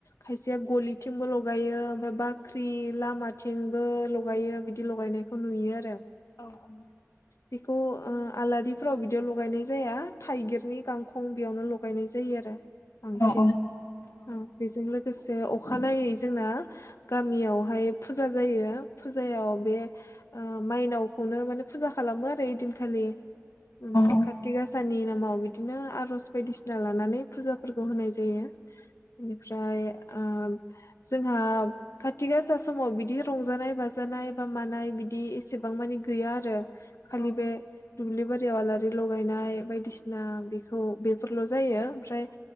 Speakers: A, on the left (about 65°); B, on the left (about 85°).
A: खायसेया ग'लि थिंबो लगायो ओमफ्राय बाख्रि लामाथिंबो लगायो बिदि लगायनायखौ नुयो आरो
B: औ औ
A: बेखौ ओ आलारि फ्राव बिदियाव लगायनाय जाया थाइगिरनि गांखं बेयावनो ल'गायनाय जायो आरो बांसिन
B: औ उम औ
A: बेजों लोगोसे जे अखानायै जोंना गामियावहाय फुजा जायो फुजायाव बे ओ माइनावखौनो माने फुजा खालामो आरो ओइदिनखालि ओम
B: औ
A: कार्तिक आसानि नामाव बिदिनो आर'ज बायदिसिना लानानै फुजाफोरखौ होनाय जायो बेनिफ्राय आ जोंहा खाथि गासा समाव बिदि रंजानाय बाजानाय बा मानाय बिदि दि एसेबां मानि गैया आरो
B: औ
A: खालि बे दुब्लि बारियाव आलारि लगायनाय बायदिसिना बेखौ बेफोरल' जायो ओमफ्राय
B: औ